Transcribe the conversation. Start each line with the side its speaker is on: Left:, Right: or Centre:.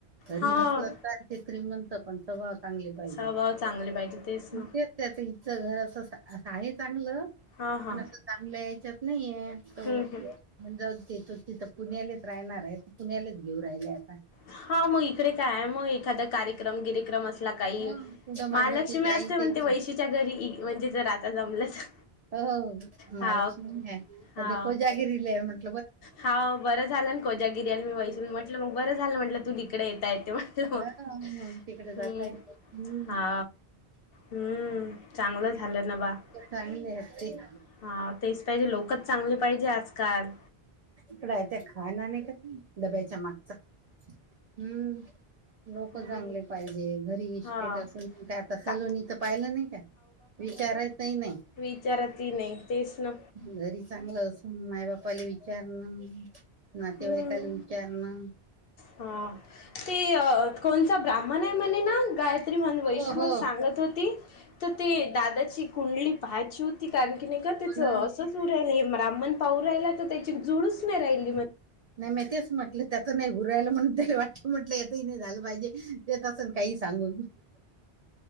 Right: घरी
Left: हाव.
Right: नसला चालती, श्रीमंत म्हणत पण स वा चांगले पाहिजे
Left: स्वभाव चांगले पाहिजे ना.
Right: मग तेच त्याच हिचं घर असं आहे चांगलं.
Left: हा हा.
Right: पण असं चांगल्या या्याच्यात नाहीे तो
Left: हम्म हम्म.
Right: म्हण जाऊ देतो <unintelligible> तिथं पुण्यालेच राहणार आहे तर पुण्यालेच घेऊ राहिले आता.
Left: हा मग इकडे काय आहे मग एखादा कार्यक्रम गिरेक्रम अस ला काही
Right: हो, पुढं माग
Left: महालक्ष्मी
Right: तिच्या
Left: असते
Right: आई
Left: म्हण ते
Right: तिक
Left: वैशीच्या घरी म्हणजे जर आता जमलं तर
Right: हो हो महालक्ष्मी
Left: हा
Right: आहे
Left: हा
Right: पण ते कोजागिरीला आहे म्हट
Left: हा बरं झालं ना कोजागिरीला मी वै शु म्हटलं मग बरं झालं म्हटलं तू तिकडे येता येते मग.
Right: हा, मग तिकडे जाताय
Left: हम्म
Right: हम्म,
Left: हा. हम्म चांगलं झालं ना बा हा.
Right: चांगले आहेत ते
Left: तेच तायडी पाहिजे लोकच चांगले पाहिजे आजकाल.
Right: इकड आहे त्या खाणार नाही का डब्याच्या मागच हम्म. लोक
Left: हम्म
Right: चांगले पाहिजे घरी इस्टेट
Left: हा
Right: असून काय आता
Left: का
Right: सलोनी च पाहिलं नाही का? विचारायतही नाही.
Left: विचारतही नाही. तेच ना
Right: घरी चांगलं असून माय बा्पाला विचारण नातेवाईकाला
Left: हम्म
Right: त्यांना.
Left: हा ते कोणचा ब्राह्मण आहे म्हणे ना गाय म्हण वै
Right: हो
Left: शु
Right: हो
Left: सांगत होती तर ते दादाची कुंडली पहायची होती कारण का नाही का
Right: हो
Left: तिचं
Right: ना
Left: असं तूला हे ब्रा्मण पाऊ राहिला तर त्याची जुळूच नाही राहिली
Right: नाही मी तेच म्हटलं त्यात नाही उरयला म्हणून तरी वाटलं म्हटलं यातही नाही झालं पाहिजे ते तसं काही सांगून
Left: ह <unintelligible>